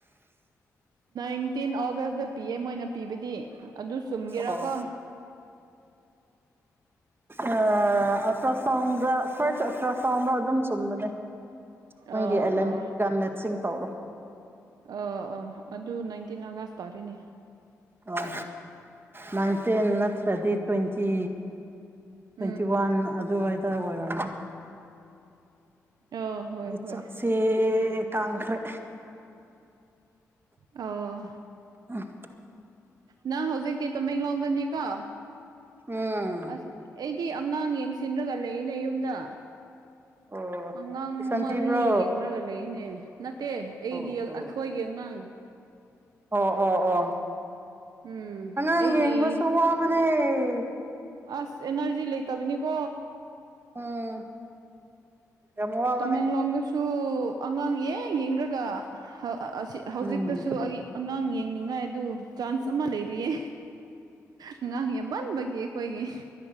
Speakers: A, on the right; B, on the right.
A: ꯏꯟꯇꯤꯟ ꯑꯣꯒꯁ ꯗ ꯑꯦ ꯃꯣꯏꯅ ꯄꯤꯕꯗꯤ ꯑꯗꯨ ꯁꯨꯝꯒꯦꯔꯥꯀꯣ
B: ꯑꯣ ꯑ ꯑꯜ꯭ꯔ ꯁꯥꯎꯟꯒ ꯐꯥꯔ ꯑꯜꯇ꯭ꯔ ꯁꯥꯎꯟ ꯑꯗꯨꯝ ꯆꯜꯅꯦ ꯅꯪ
A: ꯑꯣ
B: ꯑꯦꯂ
A: ꯑꯣ
B: ꯑꯦꯟ ꯔꯝꯅꯥꯊ ꯁꯤ ꯇꯧꯔꯣ
A: ꯑꯥ ꯑꯥ ꯑꯗꯨ ꯅꯥꯏꯟꯇꯤꯟ ꯑꯥꯒꯁ ꯇꯥꯔꯤꯅꯦ
B: ꯑꯣ ꯅꯥꯏꯟꯇ ꯗꯗꯤ ꯇ꯭ꯋꯦꯟꯇꯤ ꯇ꯭ꯋꯦꯟꯇꯤ
A: ꯎꯝ
B: ꯋꯥꯟ ꯑꯗꯨꯋꯥꯏꯗ ꯑꯣꯏꯔꯝꯃꯤ
A: ꯑ ꯍꯣꯏ ꯍꯣꯏ
B: ꯆꯁꯤꯦ ꯀꯥꯡꯈꯣꯏ
A: ꯑꯣ
B: ꯎꯝ
A: ꯅꯪ ꯍꯧꯖꯤꯛꯇꯤ ꯇꯃꯦꯡꯂꯣꯡꯗꯅꯤꯀꯣ
B: ꯎꯝ
A: ꯑꯁ ꯤ ꯑꯉꯥꯡ ꯌꯦꯡꯁꯤꯟꯂꯒ ꯂꯩꯔꯤꯅꯦ ꯌꯨꯝꯗ
B: ꯑꯣ
A: ꯑꯉꯥꯡ
B: ꯇꯨꯏꯁꯟ
A: ꯃꯔꯤ
B: ꯄꯤꯕ꯭ꯔꯣ
A: ꯌꯦꯡꯂꯡꯒ ꯂꯩꯅꯦ ꯅꯠꯇꯦ ꯑꯩꯒꯤ
B: ꯑꯣ ꯑꯣ
A: ꯑꯊꯣꯏꯒꯤ ꯑꯉꯥꯡ
B: ꯑꯣ ꯑꯣ ꯑꯣ
A: ꯎꯝ
B: ꯑꯉꯥꯛ
A: ꯑꯩꯒꯤ
B: ꯌꯦꯡꯕꯁꯨ ꯋꯥꯕꯅꯦ ꯎꯝ
A: ꯑꯁ ꯑꯦꯅꯔꯖꯤ ꯂꯩꯇꯕꯅꯤꯀꯣ
B: ꯎꯝ ꯌꯥꯝ ꯋꯥꯕꯅꯦ
A: ꯇꯃꯦꯡꯂꯣꯡꯗꯁꯨ ꯑꯉꯥꯡꯌꯦ ꯌꯦꯡꯗ꯭ꯔꯒ ꯑꯁꯤ ꯍꯧꯖꯤꯛꯇꯁꯨ
B: ꯎꯝ
A: ꯑꯩ ꯑꯉꯥꯡ ꯌꯦꯡꯅꯤꯡꯉꯥꯏ ꯑꯗꯨ ꯆꯥꯟꯁ ꯑꯃ ꯂꯩꯔꯤꯌꯦ ꯑꯉꯥꯡ ꯌꯥꯝꯃꯟꯕꯒꯤ ꯑꯩꯈꯣꯏꯒꯤ